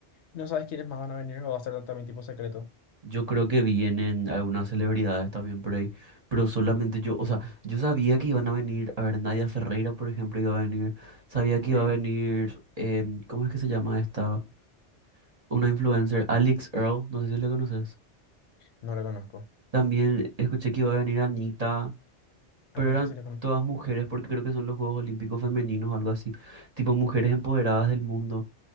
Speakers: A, on the left; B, on the right.
A: ¿No sabes quiénes más van a venir o va a ser también tipo secreto?
B: Yo creo que vienen algunas celebridades también por ahí, pero solamente yo, o sea, yo sabía que iban a venir, a ver, Nadia Ferreira, por ejemplo, iba a venir, sabía que
A: Sí.
B: iba a venir, em, ¿cómo es que se llama esta? Una influencer, Alex Earl, no sé si le conoces.
A: No le conozco.
B: También escuché que iba a venir Anita, pero
A: Anita
B: eran
A: sí le conozco.
B: todas mujeres porque creo que son los Juegos Olímpicos Femeninos o algo así, tipo mujeres empoderadas del mundo.